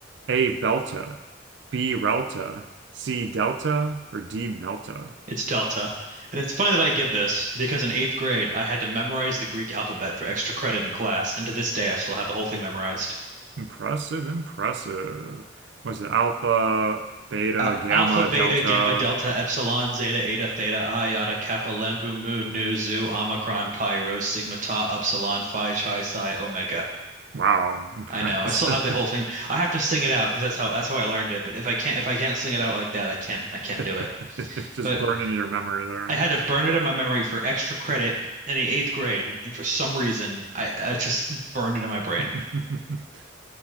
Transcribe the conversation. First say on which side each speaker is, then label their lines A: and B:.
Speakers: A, on the right; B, on the right.
A: A. Belta. B. Relta. C. Delta. Or D. Melta?
B: It's delta. And it's funny that I get this because in eighth grade, I had to memorize the Greek alphabet for extra credit in class. And to this day, I still have the whole thing memorized.
A: Impressive, impressive. Was it alpha, beta,
B: Al
A: gamma,
B: alpha, beta,
A: delta?
B: gamma, delta, epsilon, zeta, eta, theta, iota, kappa, lembu, mu, nu, zu, omicron, pi, rho, sigma, tau, upsilon, phi, chi, psi, omega.
A: Wow, impressive.
B: I know. I still have the whole thing. I have to sing it out because that's how that's how I learned it. But if I can't if I can't sing it out like that, I can't I can't
A: <laughs>
B: do it.
A: Just
B: But
A: burned into your memory there.
B: I had to burn it in my memory for extra credit in the eighth grade, and for some reason, I, I just burned it in my brain.
A: <laughs>